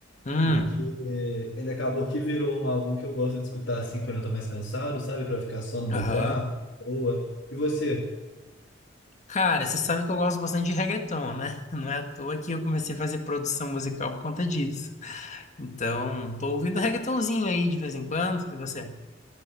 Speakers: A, on the left (about 40°); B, on the left (about 75°).
A: Hum.
B: porque é, ele acabou que virou um álbum que eu gosto de escutar assim quando eu tô mais cansado, sabe, Pra ficar só no meu
A: Aham.
B: quarto, de boa. E você?
A: Cara, você sabe que eu gosto bastante de reggaeton, né? Não é à toa que eu comecei a fazer produção musical por conta disso. Então, tô ouvindo reggaetonzinho aí de vez em quando. E você?